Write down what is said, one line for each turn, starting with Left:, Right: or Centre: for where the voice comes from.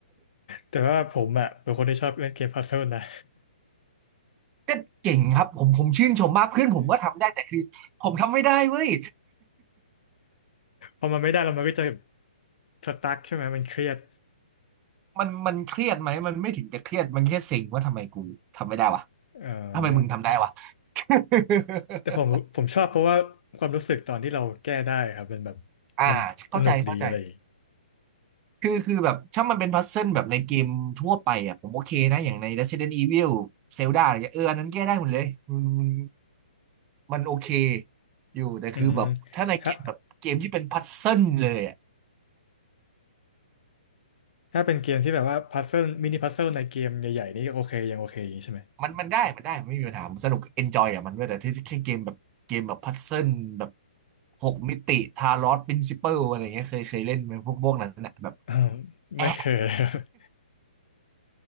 Left: แต่ว่าผมอ่ะเป็นคนที่ชอบเล่นเกมพัซเซิลนะ
Right: ก็เก่งครับผมผมชื่นชมมากเพื่อนผมก็ทำได้แต่คือผมทำไม่ได้เว้ย
Left: <laughs> พอมันไม่ได้แล้วมันก็จะสตั๊กใช่ไหมมันเครียด
Right: มันมันเครียดไหมมันไม่ถึงกับเครียดมันแค่เซ็งว่าทำไมกูทำไม่ได้วะ
Left: เออ
Right: ทำไมมึงทำได้วะ <laughs>
Left: แต่ผมผมชอบเพราะว่าความรู้สึกตอนที่เราแก้ได้ครับมันแบบ
Right: อ่าเข้าใจเข้าใจ
Left: มันสนุกดีอะไรอย่างงี้
Right: คือคือแบบถ้ามันเป็นพัซเซิลแบบในเกมทั่วไปอ่ะผมโอเคนะอย่างใน Resident Evil Zelda อะไรเงี้ยเอออันนั้นแก้ได้หมดเลยมันมันมันโอเคอยู่แต่คือแบบถ้าในเกมแบบเกมที่เป็นพัซเซิลเลยอะ
Left: อืมถ้าถ้าเป็นเกมที่แบบว่าพัซเซิลมินิพัซเซิลในเกมใหญ่ๆนี่โอเคยังโอเคอย่างนี้ใช่ไหม
Right: มันมันได้ มันได้มันไม่มีปัญหาผมสนุกเอนจอยกับมันด้วยแต่ที่แค่เกมแบบเกมแบบพัซเซิลแบบหกมิติทาลอสปรินซิเปิลอะไรเงี้ยเคยเคยเล่นไหมพวกพวกนั้นนะแบบ
Left: อ้าว <laughs>
Right: แอะ
Left: ไม่เคย <laughs>